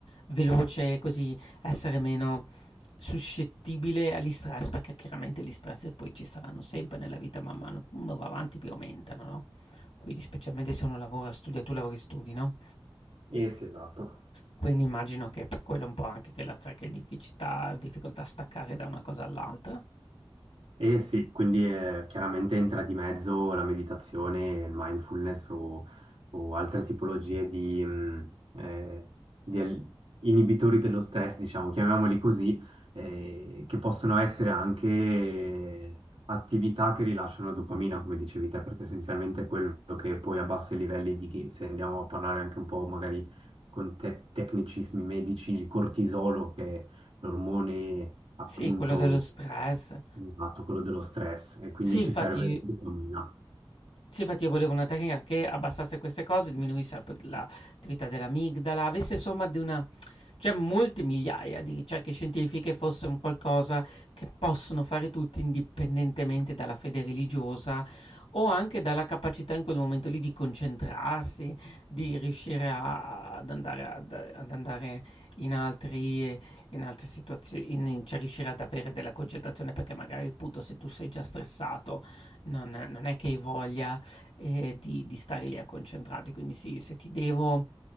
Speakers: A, on the left; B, on the right.
A: veloce, così essere meno suscettibile agli stress, perché chiaramente gli stress poi ci saranno sempre nella vita, man mano uno va avanti più aumentano, no? Quindi specialmente se uno lavora, studia, tu lavori e studi, no?
B: Eh sì, esatto.
A: Quindi immagino che per quello un po' anche che la cioè, che difficoltà, difficoltà a staccare da una cosa all'altra.
B: Eh sì, quindi eh, chiaramente entra di mezzo la meditazione, il mindfulness o, o altre tipologie di, mh, eh, di al- inibitori dello stress, diciamo, chiamiamoli così, eh, che possono essere anche eh, attività che rilasciano dopamina, come dicevi te, perché essenzialmente è quello che poi a bassi livelli di chi, se andiamo a parlare anche un po' magari con te- tecnicismi medici, il cortisolo, che è l'ormone appunto
A: Sì, quello dello stress.
B: Esatto, quello dello stress e quindi
A: Sì, infatti
B: ci serve dopamina.
A: Sì, infatti io volevo una tecnica che abbassasse queste cose, diminuisse la p l'attività dell'amigdala, avesse somma di una cioè molte migliaia di ricerche scientifiche, fosse un qualcosa che possono fare tutti indipendentemente dalla fede religiosa o anche dalla capacità in quel momento lì di concentrarsi, di riuscire a ad andare ad ad andare in altri ehm, in altre situazio in in cioè riuscire ad avere della concentrazione perché magari appunto se tu sei già stressato non non è che hai voglia Ehm, di di stare lì a concentrarti. Quindi sì, se ti devo